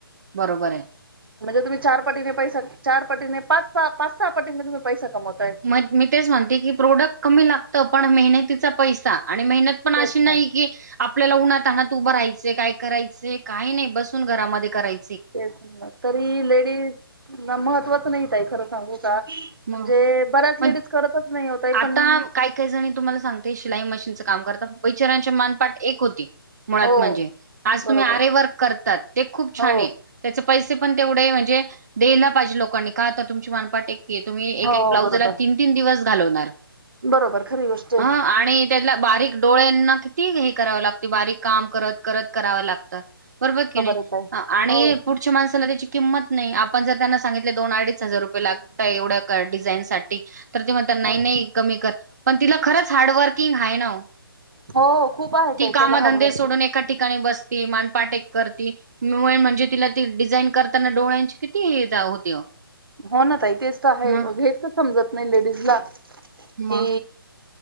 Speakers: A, on the right (about 45°); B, on the right (about 65°).
A: बरोबर आहे
B: म्हणजे तुम्हीं चार पटीने पैसा चार पटीने पांच पांच सहा पटीं म तुम्हीं पैसा कमवतांय
A: मी तेचं म्हणते की प्रोडक कमी लागते पणं महणतीचां पैसा आणि महीणतं पणं
B: तेच
A: अशी नाहीं
B: ना
A: की आपल्याला उन्हातान्हात उभं राहायचे काय करायचे काय नाही बसून घरामध्ये कराय
B: तेच तरी लेडीज ना महत्वाच नाही ताई. खरं सांगू का?
A: मग
B: म्हणजे बऱ्याच
A: मग
B: लेडीज करतच नाही ओ ताई
A: आता
B: पण,
A: काही काही जणी तुम्हाला सांगते शिलाई मशीनचं काम करता बेचऱ्याची मानपाठ एक होती. मुळात
B: हो
A: म्हणजे आज
B: बरोबर
A: तुम्ही आरे वर्क करतात ते खूप
B: हो
A: छान आहे. त्याचे पैसे पण तेवढे म्हणजे द्यायला पाहिजे लोकांनी का तर तुमची मनपाठ एक तुम्ही
B: हो
A: एक एक ब्लाउज
B: बरोबर
A: तीन तीन दिवस घालवणार
B: बरोबर खरी गोष्ट आहे
A: अ आणि त्याला बारीक डोळ्यांना किती हे करावं लागत बारीक काम करत करत करावं लागतं. बरोबर कणी
B: आहे ताई
A: आणि
B: हो
A: पु माणसाला त्याची किंमत नाही आपण जर त्यांना सांगितले दोन अडीच हजार रुपये लाग तात एवढ्या डिझाईन साठी तर ते म्हणतात नाही
B: हो
A: नाही कमी कर. पण तिला खरंच हार्डवर्किंग आहे ना ओ.
B: हो खूप आहे
A: ती
B: ताई
A: कामधंदे
B: त्याला हार्डवर्किंग.
A: सोडून एका ठिकाणी बस ती मानपाठ एक करती वय म्हणजे तिला ते डिझाईन कर ताना डोळ्यांची किती ईजा होती ओ.
B: हो ना ताई तेच तर आहे
A: मग
B: हेच तर समजत नाही लेडीजला की
A: मग